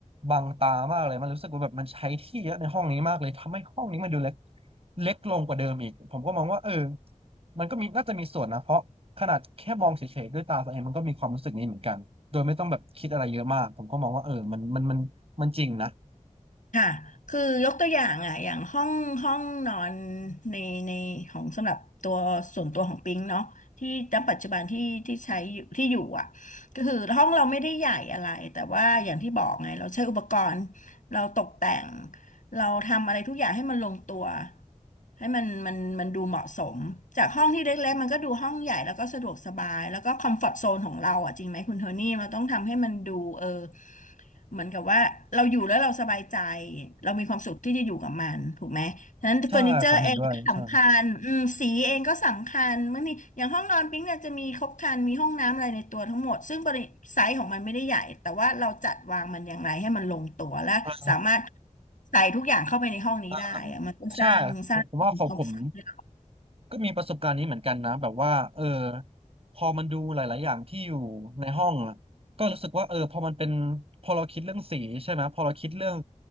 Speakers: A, on the right; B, on the left.
A: บังตามากเลยมันรู้สึกว่าแบบมันใช้ที่เยอะในห้องนี้มากเลยทำให้ห้องนี้มันดูเล็กเล็กลงกว่าเดิมอีกผมก็มองว่าเออมันก็มีน่าจะมีส่วนนะเพราะขนาดแค่มองเฉยๆด้วยตาตัวเองมันก็มีความรู้สึกนี้เหมือนกันโดยไม่ต้องแบบคิดอะไรเยอะมากผมก็มองว่าเออมันมันมันมันจริงนะ
B: ค่ะคือยกตัวอย่างอ่ะอย่างห้องห้องนอนในในของสำหรับตัวส่วนตัวของปิงเนาะที่ณปัจจุบันที่ที่ใช้อยู่ที่อยู่อ่ะก็คือห้องเราไม่ได้ใหญ่อะไรแต่ว่าอย่างที่บอกไงเราใช้อุปกรณ์เราตกแต่งเราทำอะไรทุกอย่างให้มันลงตัวให้มันมันมันดูเหมาะสมจากห้องที่เล็กๆมันก็ดูห้องใหญ่แล้วก็สะดวกสบายแล้วก็คอมฟอร์ตโซนของเราอ่ะจริงไหมคุณโทนี่เราต้องทำให้มันดูเออ เหมือนกับว่าเราอยู่แล้วเราสบายใจเรามีความสุขที่จะอยู่กับมันถูกไหมฉะนั้นเฟอร์นิเจอร์เองก็สำคัญอืมสีเองก็สำคัญบางทีอย่างห้องนอนปิ๊งเนี่ยจะมีครบครันมีห้องน้ำอะไรในตัวทั้งหมดซึ่งบริไซส์ของมันไม่ได้ใหญ่แต่ว่าเราจัดวางมันอย่างไรให้มันลงตัวและสามารถ
A: ใช่ผมเห็นด้วยใช่อ่
B: ใส่ทุกอย่างเข้าไปในห้องนี้ได้อะมันก็สร้างสร้างความสุข
A: า ใช่ผมผมว่าของผมก็มีประสบการณ์นี้เหมือนกันนะแบบว่าเออพอมันดูหลายๆอย่างที่อยู่ในห้องอะก็รู้สึกว่าเออพอมันเป็นพอเราคิดเรื่องสีใช่ไหมพอเราคิดเรื่อง